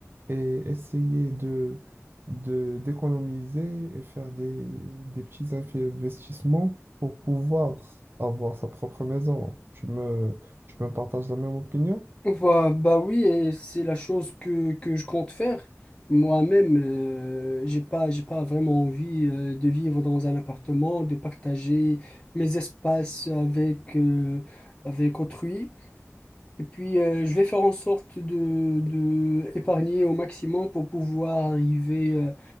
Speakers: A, on the right; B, on the left.
A: et essayer de, de, d'économiser et faire des, des petits investissements pour pouvoir avoir sa propre maison. Tu me, tu me partages la même opinion?
B: Bah, bah oui, et c'est la chose que, que je compte faire. Moi-même, euh, j'ai pas, j'ai pas vraiment envie euh, de vivre dans un appartement, de partager mes espaces avec, euh, avec autrui. Et puis, euh, je vais faire en sorte de, de épargner au maximum pour pouvoir arriver euh,